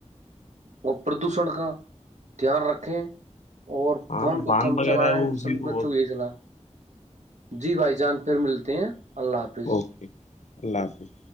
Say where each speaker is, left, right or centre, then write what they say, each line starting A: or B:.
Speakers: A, on the right; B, on the left.
A: وہ پردوشن کا دھیان رکھ کہھ اور
B: ہاں
A: فون کو
B: باندھ
A: کم
B: وغیرہ
A: چلائیں
B: ہے وہ اسی
A: سبھی بچوں
B: بہت
A: کو یہی چلا جی بھائی جان پھر ملتے ہیں اللہ حافظ
B: اوکے اللہ حافظ